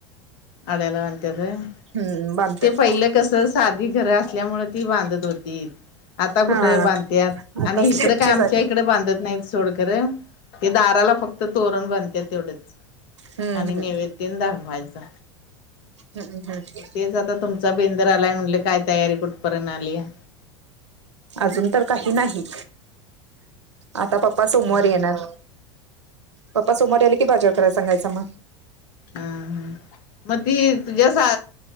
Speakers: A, on the left (about 55°); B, on the right (about 75°).
A: अड्याला बांधण्यात होय,
B: हम्म बांधतात
A: ते पहिलं कस साधी घर असल्यामुळे ती बांधत होती. आता कुठ
B: हा
A: बांधत्यात
B: आता
A: आणि
B: स्लेपची
A: इकडें काय आमच्या
B: झाली
A: इकडे बांधत नाही सोडं. खर ते दाराला फक्त तोरण बांधत्यात तेवढच
B: हम्म
A: आणि
B: हम्म
A: नैवे ती दाखवाचा.
B: हम्म! हम्म
A: तेच आता तुमचा बेंदर आलाय म्हटले काय तयारी कुठपर्यंत आलीया?
B: अजून तर काही नाही आता पप्पा सोमवार
A: हा
B: येणार. पप्पा सोमवारी आले कि बाज्यार करायला सांगायचं मग.
A: हा ह मग ती तुझ्या सा